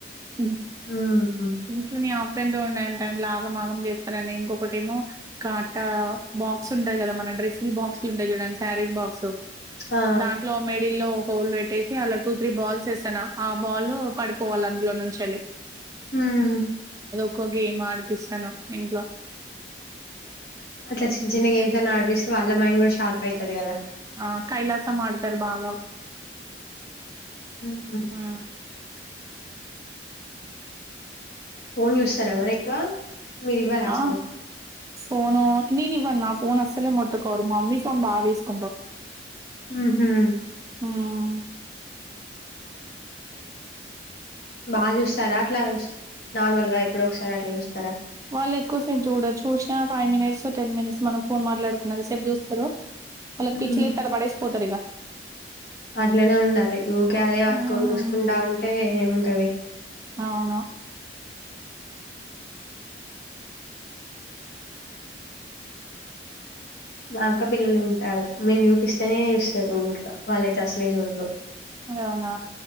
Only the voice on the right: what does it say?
హ్మ్
ఇంకేమి పెంతో ఉ ట టైంలో ఆగం ఆగం చేస్తారని ఇంకొక టేమో కాటా బాక్స్ ఉంటాయి కదా మన డ్రెస్ంగ్ బాక్స్లు ఉంటాయి చూడండి శారీస్ బాక్స్
దాంట్లో మేడిల్లో గోల్డ్ పెట్టేసి అలా టూ త్రీ బాల్స్ వేశానా ఆ బాల్ పడిపోవాలి అందులో నుంచి వెళ్ళి
కుగ గేమ్ అదిపిస్తాను ఇంట్లో
ఆ కైలాసం ఆడుతారు భాగం
ఆ
ఆ ఫోనో నేను ఇవ్వను నా ఫోన్ అసలే ముట్టుకోరు మా మమ్మీ ఫోన్ బాగా తీసుకుంటారు
మ్
వాళ్ళు ఎక్కువసేపు చూడ చూసినా ఫైవ్ మినిట్స్ టెన్ మినిట్స్ మనం ఫోన్ మాట్లాడుకున్న అంతసేపు చూస్తారు వాళ్ళకి
పిచ్చిలేసి ఆడ పడేసి పోతారు ఇక
హ్మ్.
అవునా
అవునా